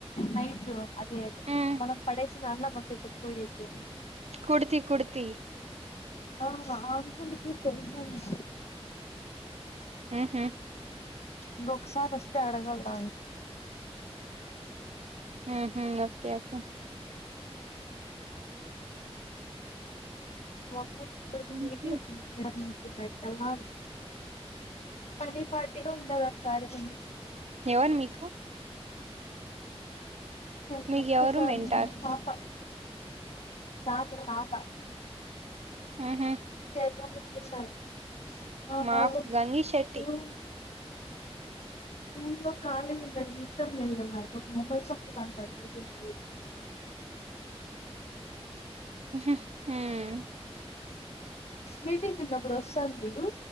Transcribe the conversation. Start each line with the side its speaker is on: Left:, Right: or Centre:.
Left: నైట్ అదే అదే
Right: హ్మ్
Left: మనం పడేసిన అన్నం అంత ఎత్తుకుపోయేకి
Right: కుడితి కుడితి
Left: ఆ అ అంకుల్ కి తెల్సంట
Right: ఉమ్ హు
Left: ఇంకోసారి వస్తే అడగాలిడ్
Right: ఉమ్ హు ఓకే ఓకే
Left: మాకేమో రోజు
Right: ఉహు.
Left: మీటింగ్ ఉందీ మెంటలా పనిపాట్టే ఉన్నడదు అస్సలు సార్క్ ఎందుకు చెపు
Right: ఎవరు మీకు
Left: షె
Right: మీకు
Left: కొత్తసార్
Right: ఎవరు మెంటార్
Left: కీ పాప తాత తాత
Right: హు హు
Left: సర్వమూర్తి సార్ ఆ
Right: మాకు గంగి శెట్టి
Left: రూ రూమ్ లో కలిగ ఉండడం ఇష్టం లేదురా <unintelligible>
Right: బ్లాంక్
Left: బ్లాంక్
Right: హు హుమ్
Left: మీటింగ్ ఉన్నపుడు వస్తామ్ చుడు